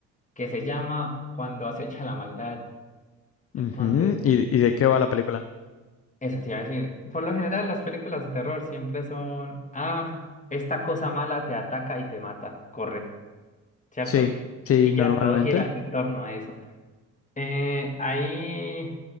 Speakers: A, on the left (about 25°); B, on the left (about 45°).
A: que se llama Cuando acecha la maldad.
B: Ujú.
A: Entonces,
B: ¿Y, y de qué va la película?
A: eso te iba a decir. Por lo general, las películas de terror siempre son, ah, esta cosa mala te ataca y te mata, corre, ¿cierto?
B: Sí, sí,
A: Y
B: normalmente.
A: ya todo gira en torno a eso. Eh, hay